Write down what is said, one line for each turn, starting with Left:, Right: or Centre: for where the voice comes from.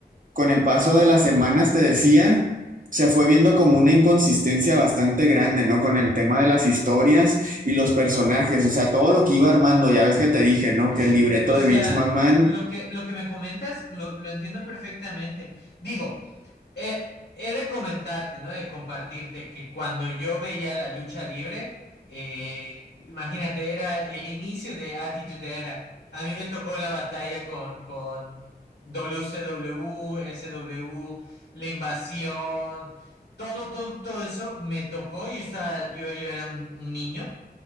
Right: con el paso de las semanas, te decía, se fue viendo como una inconsistencia bastante grande, ¿no? Con el tema de las historias y los personajes, o sea, todo lo que iba armando, ya ves que te dije, ¿no?
Left: O,
Right: Que
Left: s-
Right: el libreto
Left: o
Right: de
Left: sea,
Right: Vince McMahon
Left: lo que, lo que me comentas lo, lo entiendo perfectamente. Digo, eh, he de comentarte, ¿no? De compartirte que cuando yo veía la lucha libre, eh, imagínate, era el inicio de Attitude Era. A mí me tocó la batalla con, con WCW, SW, la invasión, todo, todo, todo eso me tocó. Yo estaba, yo, yo era un un niño.